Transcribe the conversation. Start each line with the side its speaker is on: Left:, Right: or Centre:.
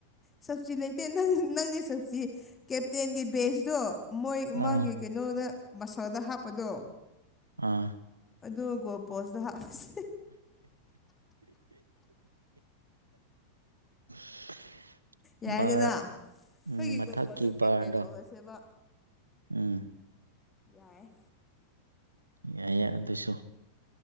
Left: ꯁꯞꯁꯇꯤ ꯂꯩꯇꯦ ꯅꯪ ꯅꯪꯅꯦ ꯆꯁꯤ ꯀꯦꯞꯇꯦꯟꯒꯤ ꯄꯦꯖꯇꯣ ꯃꯣꯏ
Right: ꯑꯥ
Left: ꯃꯥꯒꯤ ꯀꯩꯅꯣꯗ ꯃꯁꯜꯗ ꯍꯥꯞꯄꯗꯣ
Right: ꯑꯥ
Left: ꯑꯗꯨꯒ ꯒꯣ ꯄꯣꯁꯇꯣ ꯍꯥꯞꯄꯁ
Right: <inaudible>
Left: ꯌꯥꯏꯗꯅ
Right: ꯕꯥꯔ
Left: ꯑꯩꯈꯣꯏꯒꯤ
Right: ꯃꯊꯛꯀꯤ
Left: ꯒꯣꯜ ꯄꯣꯁꯇ
Right: ꯕꯥꯔꯗꯣ
Left: ꯀꯦꯞꯇꯦꯟ ꯑꯣꯜꯂꯁꯦꯕ
Right: ꯎꯝ
Left: ꯌꯥꯏ
Right: ꯌꯥꯏꯌꯦ ꯑꯗꯨꯁꯨ